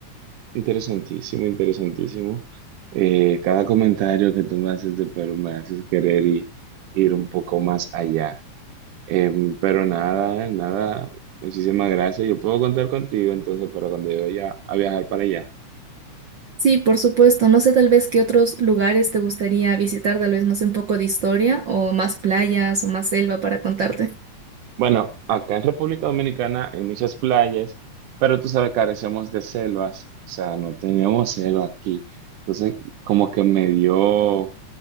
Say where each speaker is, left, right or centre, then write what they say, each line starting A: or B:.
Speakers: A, on the right (about 85°); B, on the right (about 50°).
A: Interesantísimo, interesantísimo. Eh, cada comentario que tú me haces de Perú me haces querer i- ir un poco más allá. Em, pero nada, nada, muchísimas gracias. Yo puedo contar contigo entonces para cuando yo vaya a viajar para allá.
B: Sí, por supuesto. No sé tal vez qué otros lugares te gustaría visitar, tal vez no sé un poco de historia o más playas o más selva para contarte.
A: Bueno, acá en República Dominicana hay muchas playas, pero tú sabes, carecemos de selvas, o sea, no tenemos selva aquí. Entonces, como que me dio